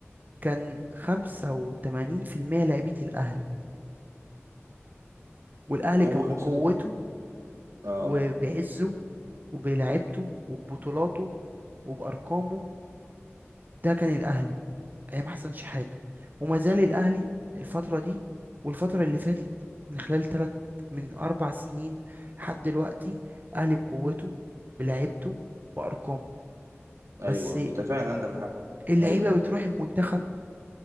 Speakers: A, on the right; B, on the right.
A: كان 85% لعيبه الاهلي والاهلي
B: هو
A: كان
B: خمسه
A: بقوته
B: اه
A: وبعزه وبلعبته وببطولاته وبأرقامه ده كان الاهلي ايام حسن شحاتة وما زال الاهلي الفتره دي والفتره اللي فاتت من خلال ثلاث من اربع سنين لحد دلوقتي الاهلي بقوته بلعيبته بارقامه
B: ايوه
A: بس
B: انت فعلا عندك حق
A: اللعيبه
B: أيوة.
A: بتروح المنتخب